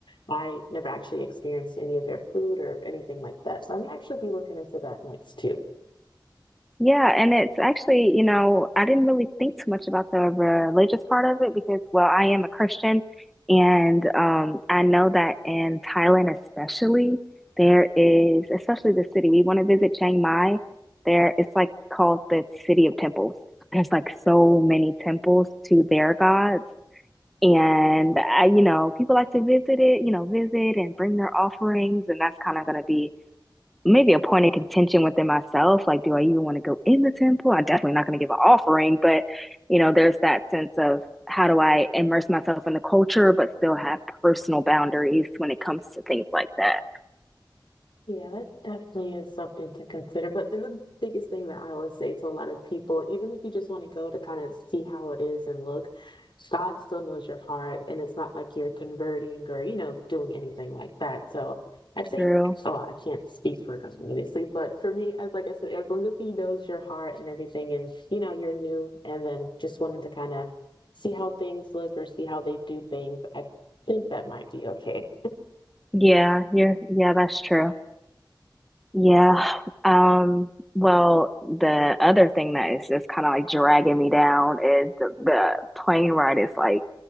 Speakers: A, on the left (about 85°); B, in the centre.
A: I never actually experienced any of their food or anything like that. So I may actually be looking into that next too.
B: Yeah, and it's actually, you know, I didn't really think too much about the religious part of it because, well, I am a Christian, and um, I know that in Thailand, especially, there is, especially the city we want to visit, Chiang Mai. There, it's like called the City of Temples. There's like so many temples to their gods, and I, you know, people like to visit it, you know, visit and bring their offerings, and that's kind of going to be maybe a point of contention within myself. Like, do I even want to go in the temple? I'm definitely not going to give an offering, but you know, there's that sense of how do I immerse myself in the culture, but still have personal boundaries when it comes to things like that.
A: Yeah, that definitely is something to consider. But then the biggest thing that I always say to a lot of people, even if you just want to go to kind of see how it is and look, God still knows your heart. And it's not like you're converting or, you know, doing anything like that. So I think,
B: True.
A: oh, I can't speak for God, obviously. But for me, as like I said, as long as He knows your heart and everything, and, you know, you're new and then just wanting to kind of see how things look or see how they do things, I think that might be okay.
B: Yeah, you're, yeah, that's true. Yeah. Um, well, the other thing that is just kind of like dragging me down is the, the plane ride is like